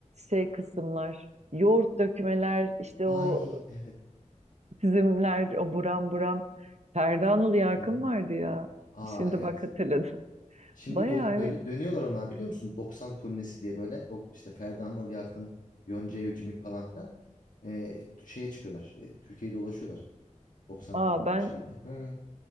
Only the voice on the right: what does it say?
şey kısımlar yoğurt dökmeler işte
o
çizimler o buram buram Ferda Anıl Yakın
vardı ya.
Şimdi
bak hatırladım.
Bayağı
evet.
Aa ben